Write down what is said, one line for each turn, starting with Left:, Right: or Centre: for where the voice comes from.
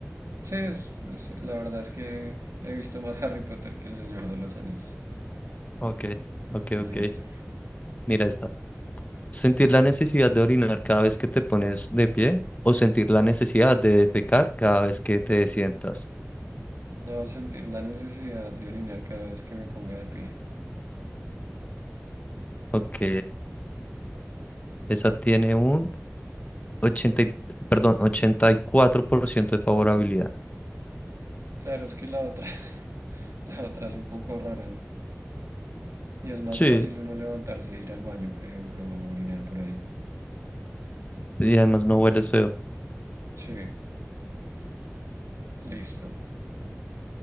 Right: Sí, es- es- la verdad es que he visto más Harry Potter que El Señor de los Anillos.
Left: Ok, ok,
Right: Listo.
Left: ok. Mira esta. Sentir la necesidad de orinar cada vez que te pones de pie o sentir la necesidad de defecar cada vez que te sientas.
Right: No sentir la necesidad de orinar cada vez que me ponga de pie.
Left: Ok, esa tiene un 80 y- perdón, 84% de favorabilidad.
Right: Claro, es que la otra, <laughs> la otra es un poco rara, ¿no? Y es más
Left: Sí,
Right: fácil uno levantarse e ir al baño, por ejemplo, o orinar por ahí.
Left: y además no hueles feo.
Right: Sí, listo.